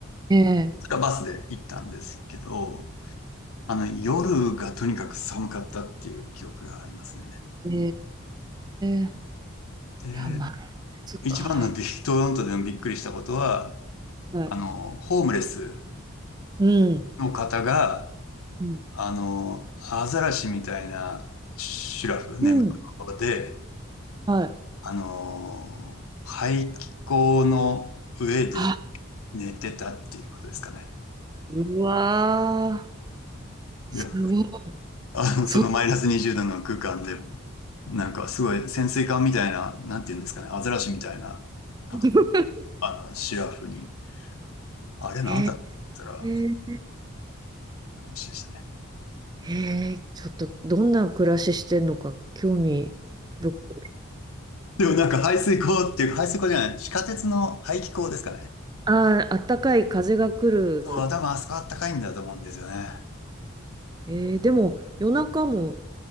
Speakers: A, on the right; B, on the left.
A: ええ、
B: それはバスで行ったんですけど、あの、夜がとにかく寒かったっていう記憶がありますね。
A: ええ、
B: で、
A: いや、まあ、そっか。
B: 一番のビットロントでのびっくりしたことは、
A: はい。
B: あの、ホームレス
A: うん。
B: の方が、
A: うん。
B: あの、アザラシみたいなシュラフ、
A: うん
B: 寝袋で、
A: はい。
B: あの、排気口の上で
A: あ、
B: 寝てたっていうことですかね。
A: うわー、
B: いや、
A: すごい。
B: あの、
A: そ、
B: そのマイナス20度の空間でも、なんかすごい潜水艦みたいな、なんていうんですかね、アザラシみたいな、なんか
A: <laughs>
B: あの、シュラフに、あれなんだったら、
A: へえ、
B: 話でしたね。
A: へえ、ちょっとどんな暮らししてんのか興味深い。
B: でもなんか排水口っていうか、排水口じゃない、地下鉄の排気口ですかね。
A: ああ、あったかい風が来る。
B: ああ、多分あそこあったかいんだと思うんですよね。
A: えー、でも夜中も